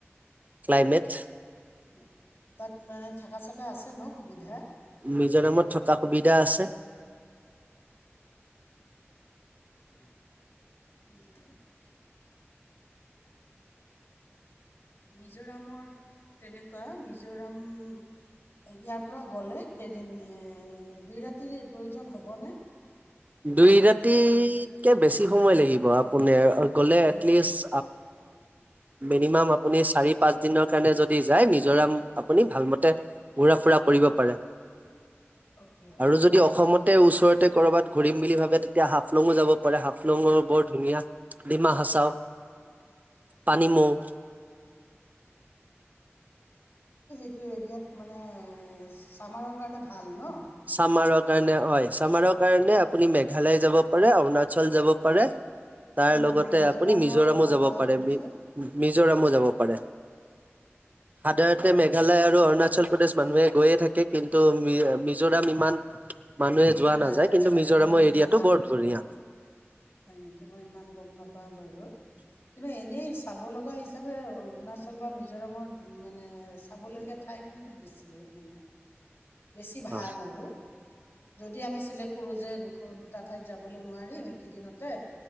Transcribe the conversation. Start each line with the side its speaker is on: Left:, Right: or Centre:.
Right: ক্লাইমেট।
Left: উ তাত মানে থাককা চকা আছে ন? সুবিধা
Right: নিজৰ নামত থকা সুবিধা আছে।
Left: উ <unintelligible> মিজোৰামত তেনেকুৱা মিজোৰাম ইয়াৰ পৰা গ'লে কেইদিন দুই ৰাতিৰ প্ৰয়োজন হ'বনে?
Right: দুই ৰাতিতকে বেছি সময় লাগিব আপোনাৰ। গ'লে
Left: হয়
Right: এটলিষ্ট।
Left: নেকি
Right: মিনিমাম আপুনি চাৰি পাঁচ দিনৰ কাৰণে যদি যায়, নিজৰাম আপুনি ভাল মতে ঘুৰা ফুৰা কৰিব পাৰে।
Left: অ'কে
Right: আৰু যদি অসমতে ওচৰতে কৰবাত। ভাবে তেতিয়া হাফলঙো যাব। হাফলঙৰ বৰ ধুনীয়া ডিমা হাচাও পানী মৌ।
Left: এইটো এৰিয়াত মানে। চামাৰৰ কাৰণে ভাল ন?
Right: ছামাৰৰ কাৰণে হয়, ছামাৰৰ কাৰণ আপুনি মেঘালয় যাব পাৰে অৰুণাচল যাব পাৰে। তাৰ
Left: নহয়
Right: লগতে
Left: নহয় মিজোৰামৰ
Right: আপুনি মিজোৰামো
Left: কথা
Right: যাব
Left: কোৱা
Right: পাৰে
Left: গ'ল
Right: মি।
Left: যে
Right: মিজোৰাম যাব পাৰে, সাধাৰতে মেঘালয় আৰু অৰুণাচল প্ৰদেশ মানুহে গৈয়ে থাকে কিন্তু। মিজোৰাম ইমান। মানুহে
Left: নাই
Right: যোৱা
Left: নাই
Right: নাযায়
Left: তাকে
Right: কিন্তু
Left: তাকে
Right: মিজোৰামৰ
Left: মই ইমান
Right: এৰিয়াটো
Left: নাজানো,
Right: বৰ ধুনীয়া
Left: সনেকে মই ইমান গম নাপাও। হয় বাৰু কিন্তু এনেই চাব লগা হিচাপে অৰুণাচল বা মিজোৰামত মানে চাবলগীয়া ঠাই কোনটো বেছি মানে। বেছি ভাল
Right: অ
Left: আৰু যদি আমি চিলেক্ট কৰো যে। দুটা ঠাইত যাবলৈ নোৱাৰিম, একেইদিনতে।